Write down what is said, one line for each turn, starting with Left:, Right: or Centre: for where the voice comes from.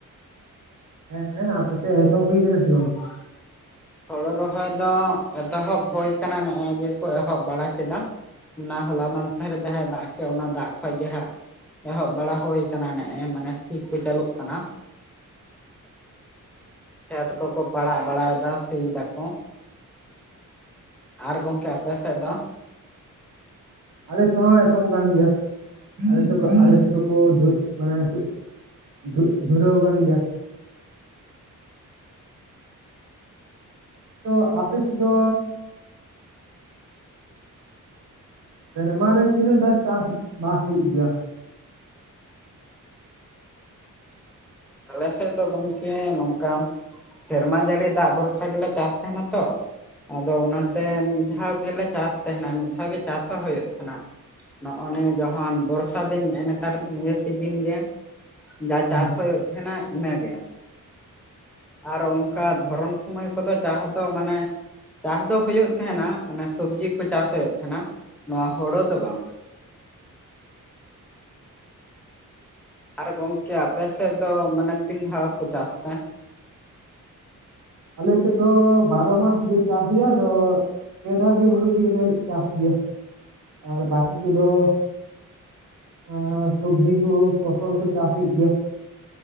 Right: ᱦᱮᱸ ᱦᱮᱸ ᱟᱯᱮ ᱥᱮᱫ ᱮᱛᱚᱦᱚᱵ ᱦᱩᱭ ᱟᱠᱟᱱᱟ ᱥᱮ ᱵᱟᱝ?
Centre: ᱵᱟᱝ <unintelligible> ᱦᱩᱲᱩ ᱨᱚᱦᱚᱭ ᱫᱚ ᱮᱛᱚᱦᱚᱵ ᱦᱩᱭᱳ ᱟᱠᱟᱱᱟ ᱱᱮᱜ-ᱮ ᱜᱮ ᱠᱚ ᱮᱦᱚᱵ ᱵᱟᱲᱟ ᱠᱮᱫᱟ ᱾ ᱚᱱᱟ ᱦᱚᱞᱟ ᱢᱟᱫᱷᱮ ᱡᱟᱦᱟᱸᱭ ᱫᱟᱜ ᱠᱮᱫ ᱚᱱᱟ ᱫᱟᱜ ᱠᱷᱚᱡ ᱜᱮ ᱦᱟᱸᱜ ᱮᱦᱚᱵ ᱵᱟᱲᱟ ᱦᱩ ᱟᱠᱟᱱᱟ ᱱᱮᱜ-ᱮ ᱢᱟᱱᱮ ᱥᱤ ᱠᱚ ᱪᱟᱹᱞᱩᱜ ᱠᱟᱱᱟ᱾ ᱠᱷᱮᱛ ᱠᱚᱠᱚ ᱯᱟᱲᱟᱜ ᱵᱟᱲᱟᱭ ᱮᱫᱟ ᱥᱤ ᱫᱟᱜ ᱠᱚ ᱾ ᱟᱨ ᱜᱚᱝᱠᱮ ᱟᱯᱮ ᱥᱮᱫ ᱫᱚ?
Right: ᱟᱞᱮ ᱥᱮᱫ ᱦᱚᱸ ᱮᱛᱚᱦᱚᱵ ᱟᱠᱟᱱ ᱜᱮᱭᱟ ᱟᱞᱮᱫ ᱥᱮᱫ ᱠᱷᱚᱡ ᱟᱞᱮ ᱥᱮᱫ ᱫᱚᱠᱚ ᱫᱩ ᱢᱟᱱᱮ ᱫᱷᱩ ᱫᱷᱩᱨᱟᱣ ᱟᱠᱟᱱ ᱜᱮᱭᱟ ᱾ ᱛᱚ ᱟᱯᱮ ᱥᱮᱫ ᱫᱚ ᱥᱮᱨᱢᱟ ᱨᱮ ᱛᱤᱱᱟᱹᱜ ᱫᱷᱟᱣ ᱪᱟᱥ ᱵᱟᱥ ᱦᱩᱭᱩᱜ ᱜᱮᱭᱟ?
Centre: ᱟᱞᱮ ᱥᱮᱫ ᱫᱚ ᱜᱚᱝᱠᱮ ᱱᱚᱝᱠᱟ ᱥᱮᱨᱢᱟ ᱡᱟᱹᱲᱤ ᱫᱟᱜ ᱵᱷᱚᱨᱥᱟ ᱜᱮᱞᱮ ᱪᱟᱥ ᱛᱟᱦᱮᱱᱟ ᱛᱚ ᱟᱫᱚ ᱚᱱᱟᱛᱮ
Right: ᱦᱮᱸ
Centre: ᱢᱤᱫ ᱫᱷᱟᱣ ᱜᱮᱞᱮ ᱪᱟᱥ ᱛᱟᱦᱮᱱᱟ ᱢᱤᱫ ᱜᱮ ᱪᱟᱥ ᱦᱚᱸ ᱦᱩᱭᱩᱜ ᱛᱟᱦᱮᱱᱟ᱾ ᱱᱚᱜ-ᱚᱱᱮ ᱡᱚᱠᱷᱚᱱ ᱵᱚᱨᱥᱟ ᱫᱤᱱ ᱱᱮᱜ ᱱᱮᱛᱟᱨ ᱱᱤᱭᱟ ᱥᱤᱡᱤᱱ ᱜᱮ ᱡᱟ ᱪᱟᱥ
Right: ᱦᱮᱸ
Centre: ᱦᱩᱭᱩᱜ ᱛᱟᱦᱮᱱᱟ ᱤᱱᱟᱹᱜᱮ ᱾ ᱟᱨ ᱚᱱᱠᱟ ᱫᱷᱚᱨᱚᱱ ᱥᱚᱢᱚᱭ ᱠᱚᱫᱚ ᱪᱟᱥ ᱫᱚ ᱢᱟᱱᱮ ᱪᱟᱥ ᱫᱚ ᱦᱳᱭᱚᱜ ᱛᱟᱦᱮᱸᱱᱟ ᱢᱟᱱᱮ ᱥᱚᱵᱡᱤ ᱠᱚ ᱪᱟᱥ ᱦᱩᱭᱩᱜ ᱛᱟᱦᱮᱸᱱᱟ ᱱᱚᱣᱟ ᱦᱳᱲᱳ ᱫᱚ ᱵᱟᱝ ᱾ ᱟᱨ ᱜᱚᱝᱠᱮ ᱟᱯᱮᱥᱮᱫ ᱫᱚ ᱢᱟᱱᱮ ᱛᱤᱱ ᱫᱷᱟᱣ ᱠᱚ ᱪᱟᱥ ᱛᱮ?
Right: ᱟᱞ ᱥᱮᱫ ᱫᱚ ᱵᱟᱨᱚ ᱢᱟᱥ ᱪᱟᱥ ᱜᱮᱭᱟ ᱟᱫᱚ ᱯᱮ ᱫᱷᱟᱣ ᱜᱮ ᱦᱩᱲᱩ ᱜᱮᱞᱮ ᱪᱟᱥ ᱜᱮᱭᱟ ᱟᱨ ᱵᱟᱹᱠᱤ ᱠᱚᱫᱚ ᱮᱸ ᱥᱚᱵᱡᱤ ᱠᱚ ᱯᱷᱚᱥᱚᱞᱠᱩ ᱪᱟᱥ ᱦᱩᱭᱩᱜ ᱜᱮᱭᱟ ᱾